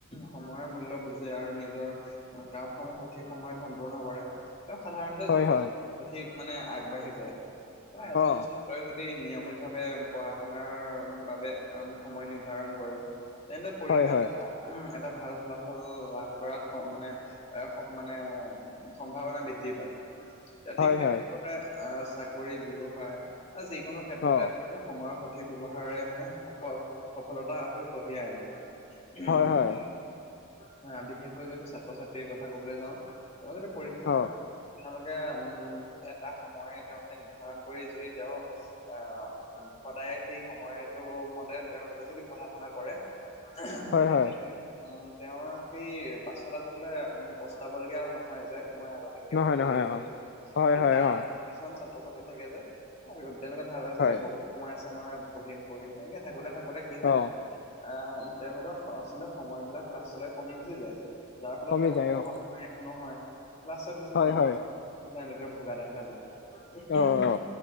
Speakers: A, on the left; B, on the left.
A: সময়ৰ মূল্য বুজে আৰু নিজৰ কামসমূহ সঠিক সময়ত সম্পূৰ্ণ কৰে। তেওঁ সাধাৰণতে
B: হয়
A: জীৱনত,
B: হয়
A: অধিক মানে আগবাঢ়ি যায়, এ এজন
B: অ
A: তই যদি নিয়মিত ভাৱে পঢ়া শুনাৰ বাবে সময় নিৰ্ধাৰণ কৰে তেন্তে পৰীক্ষাত
B: হয় হয়
A: এটা উম, এটা ভাল ফলাফল লাভ কৰাত মানে, এ মানে সম্ভাৱনা বৃদ্ধি পায়। এ
B: হয়
A: ঠিক তেনেধৰণে,
B: হয়
A: আহ, চাকৰি ব্যৱসায় বা যিকোনো ক্ষেত্ৰতেই
B: অ
A: সময়ৰ সঠিক ব্যৱহাৰে মানে সফল, সফলতাটো কঢ়িয়াই আনে। আহ,
B: হয় হয়
A: বিশেষকৈ যদি ছাত্ৰ ছাত্ৰীৰ কথা কবলৈ যাওঁ তেওঁ যদি পৰীক্ষাত
B: অ
A: তেওঁলোকে উম, এটা সময় তেওঁলোকে নিৰ্ধাৰণ কৰি যদি তেওঁ অ', অ', সদায় সেই সময়টো মতে তেওঁলোকে যদি পঢ়া শুনা কৰে
B: হয়
A: তেতিয়া
B: হয়
A: কি উম, তেওঁৰ সেই পাছত আচলতে পস্তাব লগীয়া নহয় যে, মই আগতে কিয়
B: নহয়
A: নপঢ়িলোঁ,
B: নহয় অ হয়
A: কিন্তু
B: হয়
A: তাৰ
B: অ
A: কিছুমান ছাত্ৰ ছাত্ৰী থাকে যে, তেওঁলোকে ভাবে যে
B: হয়
A: এই বহুত সময় আছে আমাৰ, পঢ়িম পঢ়িম, তেনেকে থাকোতে থাকোতে কি হয়?
B: অ
A: আহ তেওঁলোকৰ আচলতে, সময় বিলাক লাষ্টলৈ কমি গুচি যায়। যাৰ ফলত
B: কমি
A: তেওঁলোকৰ
B: যায়
A: পঢ়া
B: অ
A: শুনা একো নহয়, লাষ্টত কিছুমান
B: হয়
A: মানসিক
B: হয়
A: <unintelligible> ভোগা দেখা যায়।
B: অ অ